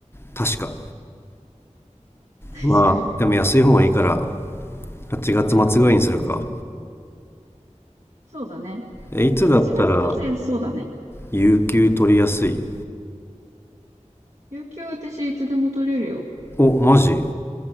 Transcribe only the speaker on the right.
確かに。
そうだ。そうだね。
あ、8月末安そうだね。
有給私いつでも取れるよ。